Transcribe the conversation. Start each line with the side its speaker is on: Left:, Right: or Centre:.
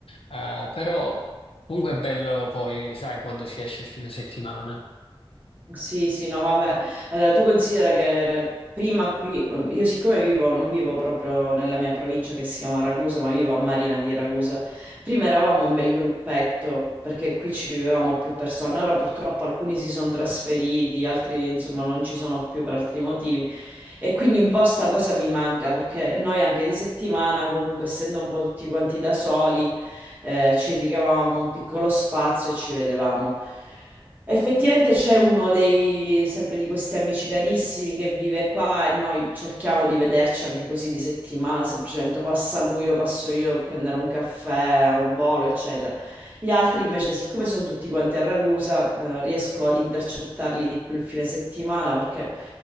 Left: eh, però comunque è bello poi, sai, quando si esce il fine settimana.
Right: Sì, sì, no, vabbè. Allora, tu considera che prima qui, io siccome vivo, non vivo proprio nella mia provincia che si chiama Ragusa, ma vivo a Marina di Ragusa. Prima eravamo un bel gruppetto, perché qui ci vivevamo più persone. Ora purtroppo alcuni si sono trasferiti, altri insomma non ci sono più per altri motivi. E quindi un po' sta cosa mi manca, perché noi anche di settimana, comunque essendo un po' tutti quanti da soli, eh, ci ricavavamo un piccolo spazio e ci vedevamo. Effettivamente c'è uno dei, sempre di questi amici carissimi che vive qua e noi cerchiamo di vederci anche così di settimana, semplicemente passa lui o passo io a prendere un caffè al volo, eccetera. Gli altri invece, siccome sono tutti quanti a Ragusa, eh, riesco ad intercettarli di più il fine settimana perché